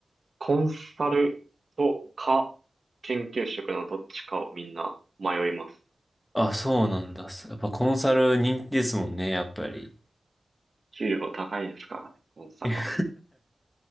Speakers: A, on the right; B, on the left.
A: コンサルとか、研究職のどっちかをみんな迷います。
B: あ、そうなんだ。やっぱコンサル人気ですもんね、やっぱり。
A: 給料高いですからね、コンサルは。
B: <laughs>